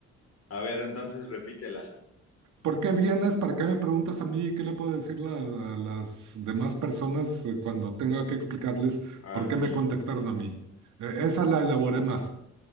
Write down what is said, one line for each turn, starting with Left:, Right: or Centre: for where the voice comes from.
Left: A ver, entonces repítela.
Right: ¿Por qué vienes? ¿Para qué me preguntas a mí? ¿Qué le puedo decir la- a las demás personas eh, cuando tenga que explicarles
Left: Ah,
Right: por
Left: sí,
Right: qué me contactaron a mí? Eh, esa la elaboré más.